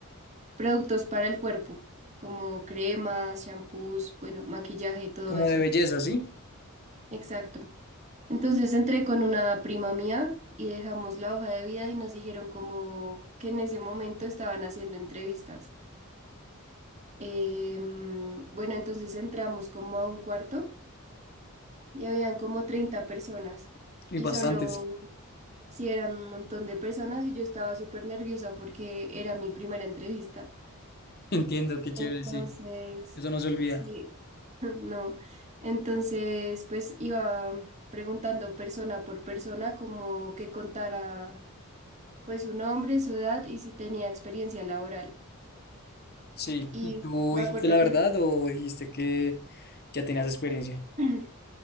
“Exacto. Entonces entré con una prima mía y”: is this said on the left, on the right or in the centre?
Right